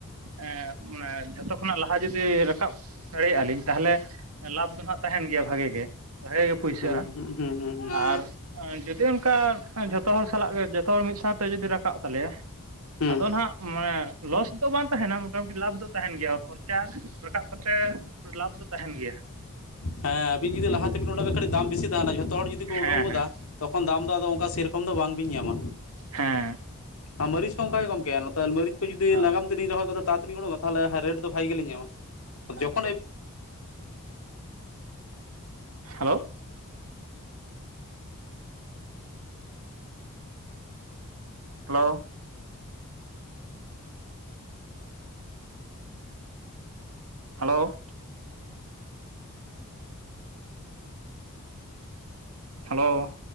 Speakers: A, on the right; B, on the left.
A: ᱮᱸᱻᱢᱟᱱᱮ ᱡᱷᱚᱛᱚ ᱠᱷᱚᱱᱟᱜ ᱞᱟᱦᱟ ᱡᱩᱫᱤ ᱨᱟᱠᱟᱵ ᱫᱟᱲᱮᱭᱟᱜ-ᱟ ᱞᱤᱧ ᱛᱟᱞᱦᱮ ᱞᱟᱵᱷᱽ ᱫᱚ ᱦᱟᱸᱜ ᱛᱟᱦᱮᱱ ᱜᱮᱭᱟ ᱵᱷᱟᱜᱮ ᱜᱮ ᱵᱷᱟᱜᱮ ᱜᱮ ᱯᱩᱭᱥᱟᱹᱜ-ᱟ
B: ᱦᱩᱸ ᱦᱩᱸ ᱦᱩᱸ ᱦᱩᱸ ᱦᱩᱸ
A: ᱟᱨ ᱡᱩᱫᱤ ᱚᱱᱠᱟ ᱡᱷᱚᱛᱚ ᱦᱚᱲ ᱥᱟᱞᱟᱜ ᱜᱮ ᱡᱚᱛᱚ ᱦᱚᱲ ᱢᱤᱫ ᱥᱟᱣ ᱛᱚ ᱡᱩᱫᱤ ᱨᱟᱠᱟᱵ ᱛᱟᱞᱮᱭᱟ᱾
B: ᱦᱩᱸ
A: ᱟᱫᱚ ᱱᱟᱜ ᱢᱟᱱᱮ ᱞᱚᱥ ᱫᱚ ᱵᱟᱝ ᱛᱟᱦᱮᱸᱱᱟ᱾ ᱢᱚᱴᱟ ᱢᱩᱴᱤ ᱞᱟᱵᱷᱽ ᱫᱚ ᱛᱟᱦᱮᱱ ᱜᱮᱭᱟ ᱠᱷᱚᱨᱪᱟ ᱨᱟᱠᱟᱵ ᱠᱟᱛᱮ ᱞᱟᱵᱷᱽ ᱫᱚ ᱛᱟᱦᱮᱱ ᱜᱮᱭᱟ᱾
B: ᱦᱮᱸ ᱟᱹᱵᱤᱱ ᱡᱩᱫᱤ ᱞᱟᱦᱟ ᱛᱮ ᱵᱤᱱ ᱳᱰᱳᱠᱟ ᱠᱟᱹᱴᱤᱡ ᱫᱟᱢ ᱵᱮᱥᱤ ᱛᱟᱦᱮᱱᱟ᱾ ᱡᱷᱚᱛᱚ ᱦᱚᱲ ᱡᱩᱫᱤ ᱠᱚ
A: ᱦᱮᱸ
B: ᱳᱰᱳᱠ
A: ᱦᱮᱸ
B: ᱜᱚᱫᱟ ᱛᱚᱠᱷᱚᱱ ᱫᱟᱢ ᱫᱚ ᱟᱫᱚ ᱚᱱᱠᱟ ᱥᱮ ᱨᱚᱠᱚᱢ ᱫᱚ ᱵᱟᱝ ᱵᱤᱱ ᱧᱟᱢᱟ᱾
A: ᱦᱮᱸ᱾
B: ᱟᱨ ᱢᱟᱹᱨᱤᱪ ᱠᱚᱦᱚᱸ ᱚᱱᱠᱟ ᱜᱮ ᱜᱚᱝᱠᱮ ᱱᱚᱛᱮ ᱢᱟᱹᱨᱤᱪ ᱡᱩᱫᱤ
A: ᱚ
B: ᱞᱟᱸᱜᱟᱢ ᱛᱮᱞᱤᱧ ᱨᱚᱦᱚᱭ ᱜᱚᱫᱟ ᱛᱟᱲᱟ ᱛᱟᱲᱤ ᱳᱰᱳᱝ-ᱟ ᱛᱟᱞᱦᱮ ᱨᱮᱴ ᱫᱚ ᱵᱷᱟᱜᱮ ᱜᱮᱞᱤᱧ ᱧᱟᱢᱟ᱾ ᱡᱚᱠᱷᱚᱱ
A: ᱟᱪᱪᱷᱟ ᱦᱮᱞᱳ ᱦᱮᱞᱳ ᱦᱮᱞᱳ ᱦᱮᱞᱳ